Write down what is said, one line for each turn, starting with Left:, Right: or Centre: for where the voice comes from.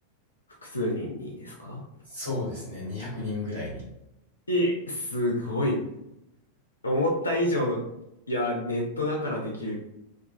Left: 複数人にですか
Right: そうですね、200人ぐらいに。
Left: いすごい。思った以上の、いや、ネットだからできる。